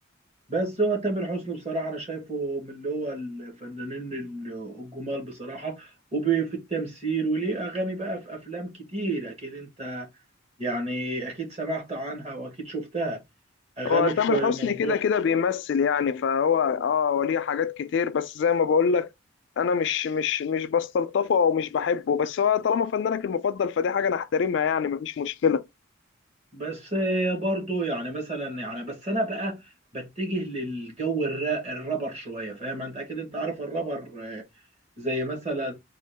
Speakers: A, on the right; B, on the left.
A: بس هو تامر حسني بصراحه انا شايفه من اللي هو الفنانين ال- الجمال بصراحه وفي التمثيل وليه اغاني بقى في افلام كتير اكيد انت يعني اكيد سمعت عنها واكيد شفتها اغاني
B: هو
A: في
B: تامر حسني
A: موضوع
B: كده كده بيمثل يعني فهو اه وليه حاجات كتير بس زي ما بقول لك انا مش مش مش بستلطفه او مش بحبه بس هو طالما فنانك المفضل فدي حاجه انا احترمها يعني مفيش مشكله
A: بس برضو يعني مثلا يعني بس انا بقى بتجه للجو الرا الرابر شويه فاهم انت اكيد انت عارف الرابر آه، زي مثلا